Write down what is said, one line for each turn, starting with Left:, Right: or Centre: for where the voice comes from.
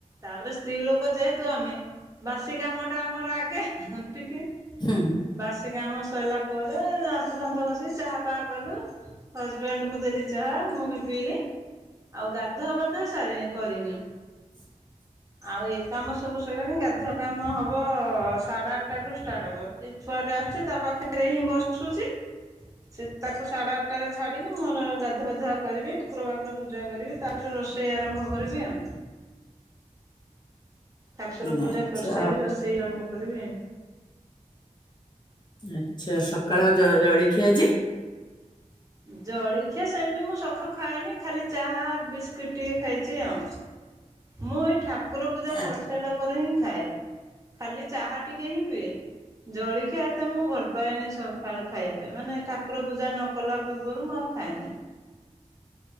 Right: ତାପରେ ସ୍ତ୍ରୀ ଲୋକ ଯେହେତୁ ଆମେ ବାସି କାମ ଟା ଆମର ଆଗେ ଟିକେ
Left: ହୁଁ,
Right: ବାସି କାମ ସଇଲା ପରେ ଦାନ୍ତ ଫାନ୍ତ ଘଷି ଚାହା ଫାହା କଲୁ ହଜବ୍ୟାଣ୍ଡକୁ ଦେଲି ଚାହା ମୁଁ ବି ପିଇଲି ଆଉ ଗାଧୁଆପାଧୁଆ ସାରି କରିନି।
Left: ହ <inaudible>
Right: ଆଉ ଏ କାମ ସବୁ ସଇଲାଣି ଗାଧୁଆ କାମ ହବ ସାଢେ ଆଠଟା ଠୁ ଷ୍ଟାର୍ଟ ହବ ଏ ଛୋ ଟ ଛୁଆଟେ ଆସୁଛି ତା ପାଖରେ ହିଁ ବସୁଛି ସେ ତାକୁ ସାଢ଼େ ଆ ଠଟାରେ ଛାଡ଼ିବି। ମୋର ଗାଧୁଆପାଧୁଆ କରିବି ଠାକୁରବାକୁର ପୂଜା କରିବି ତାପରେ ରୋଷେଇ ଆରମ୍ଭ କରିବି ଆଉ।
Left: <inaudible>
Right: ଠାକୁର
Left: ହୁଁ।
Right: ପୂଜା
Left: ଆଚ୍ଛା
Right: କରିସାରିଲେ ରୋଷେଇ ଆରମ୍ଭ କରିବି।
Left: ଆଚ୍ଛା ସକାଳ
Right: ଆଉ
Left: ଜଳଖିଆ ଆଜି?
Right: ଜଳଖିଆ ସେମିତି ମୁଁ ସକାଳୁ ଖାଏନି ଖାଲି ଚାହ ବିସ୍କିଟ ଟିକେ ଖାଇଛି ଆଉ। ମୁଁ ଏଇ ଠାକୁର ପୂଜା
Left: ଆ,
Right: କରିସାରିଲା ପରେ ହିଁ ଖାଏ ଖାଲି ଚାହା ଟିକେ ହିଁ ପିଏ ଜଳଖିଆ ଏତେ ମୁଁ ଭଲ ପାଏନି ସକାଳୁ ଖାଇବା ପାଇଁ ମାନେ ଠାକୁର ପୂଜା ନ କଲା ପୂର୍ବରୁ ମୁଁ ଆଉ ଖାଏନି।